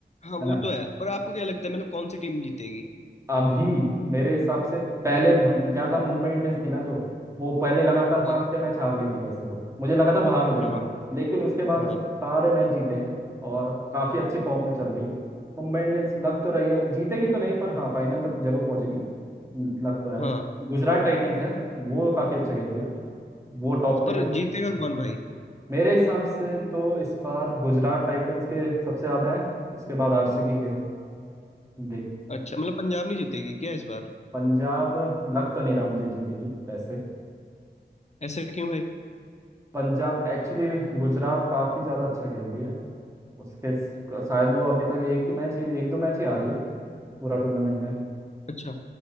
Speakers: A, on the left; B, on the right.
A: हाँ
B: है
A: वो
B: ना
A: तो है पर आपको क्या लगता है मतलब कौन सी टीम जीतेगी
B: अभी मेरे हिसाब से पहले हम क्या था मुंबई इंडियंस थी ना जो वो पहले लगातार पांच
A: हाँ
B: छह मैच हार गई थी वैसे तो मुझे लगा था बाहर हो जाएगी
A: हाँ
B: लेकिन उसके बाद
A: हाँ
B: उसने सारे मैच जीते हैं और काफी अच्छी फॉर्म में चल रही है मुंबई इंडियंस लग तो रही है जीतेगी तो नहीं पर हाँ फाइनल तक जरूर पहुंचेगी लग तो रहा
A: हाँ
B: है गुजरात टाइटंस है वो काफी अच्छा खेल रही है वो टॉप पे
A: पर
B: चल
A: जीतेगा
B: रही है।
A: कौन भाई
B: मेरे हिसाब से तो इस बार गुजरात टाइटंस के सबसे ज्यादा है उसके बाद आरसीबी के देख
A: अच्छा मतलब पंजाब नहीं जीतेगी क्या इस बार
B: पंजाब लग तो नहीं रहा मुझे जीतेगी वैसे
A: ऐसा क्यों भाई
B: पंजाब एक्चुअली गुजरात काफ़ी ज़्यादा अच्छा खेल रही है उसके स- शायद वो अभी तक एक ही मैच ही एक दो मैच ही आ रही है पूरा टूर्नामेंट में
A: अच्छा